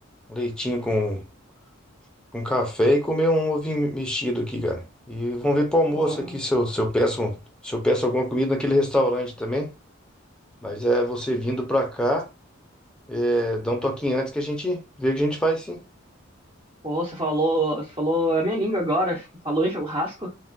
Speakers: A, in the centre; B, on the right (about 25°).
A: leitinho com, com café e comer um ovinho mexido aqui, cara. E vamos ver pro almoço
B: Pô,
A: aqui se eu, se eu peço, se eu peço alguma comida naquele restaurante também. Mas é você vindo pra cá, é, dá um toquinho antes que a gente vê o que a gente faz, sim.
B: pô, você falou, você falou a minha língua agora, falou em churrasco,